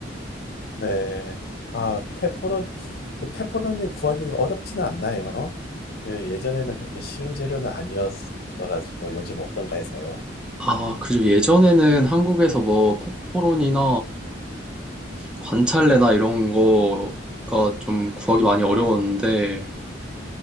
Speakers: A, on the left; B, in the centre.
A: 네. 아, 페퍼론, 그 페퍼론이 구하기가 어렵지는 않나요? 예, 예전에는 그렇게 쉬운 재료는 아니었어가지고 요즘 어떤가 해서요.
B: 아, 그죠. 예전에는 한국에서 뭐 페퍼로니나 관찰래나 이런 거가 좀 구하기 많이 어려웠는데